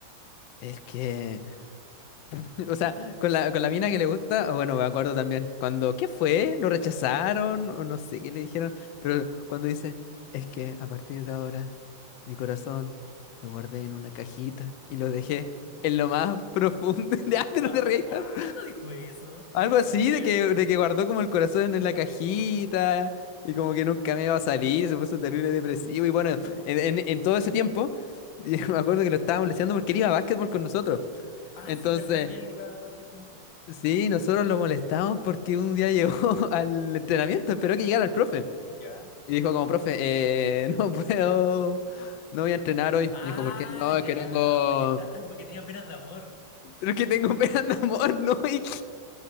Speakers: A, on the left; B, on the left.
A: Es que, <laughs> o sea, con la, con la mina que le gusta, bueno, me acuerdo también, cuando, ¿qué fue? ¿Lo rechazaron? O no sé qué le dijeron, pero cuando dice, es que a partir de ahora, mi corazón lo guardé en una cajita y lo dejé en lo más profundo. <laughs> Ya,
B: Guau,
A: no te rías
B: ¿Cuándo
A: tanto.
B: dijo eso?
A: Algo
B: No me
A: así
B: acuerdo.
A: de que, de que guardó como el corazón en la cajita y como que nunca me iba a salir, se puso terrible depresivo y bueno, en, en- en todo ese tiempo, <laughs> yo me acuerdo que lo estábamos molestando porque él iba a básquetbol con nosotros.
B: Ah,
A: Entonces...
B: sí, ¿verdad que él iba a básquet con ustedes?
A: Sí, nosotros lo molestamos porque un día llegó <laughs> al entrenamiento, esperó que llegara el profe.
B: ¿Ya?
A: Y dijo como, profe, eh, <laughs> no puedo, no voy a entrenar hoy.
B: Ah,
A: Dijo, ¿por qué? No, es
B: ya,
A: que tengo,
B: porque está, porque tenía penas de amor.
A: es que tengo <laughs> pena de amor, no, y